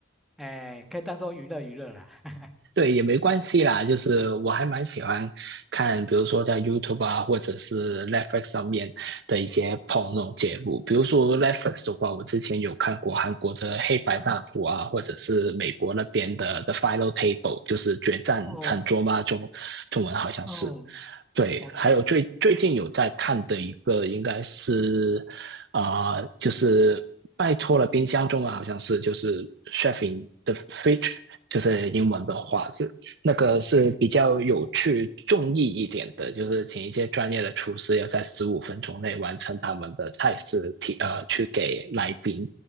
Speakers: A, in the centre; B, on the right (about 60°).
A: 哎、可以当做娱乐娱乐啦。<laughs>
B: 对，也没关系啦。就是我还蛮喜欢看，比如说在 YouTube 啊，或者是 Netflix 上面的一些碰那种节目。比如说 Netflix 的话，我之前有看过韩国的《黑白大谱》啊，
A: 嗯
B: 或者是美国那边的《The Final Table》，就是《决战餐桌》嘛，
A: 哦
B: 中中文好像是。
A: 哦
B: 对，
A: ，OK
B: 还有最最近有在看的一个应该是啊、
A: OK，啊，
B: 呃就是拜托了冰箱，中文好像是就是 chef in the fridge，就是英文的话，就那个是比较有趣、重意一点的，就是请一些专业的厨师要在十五分钟内完成他们的菜式提呃去给来宾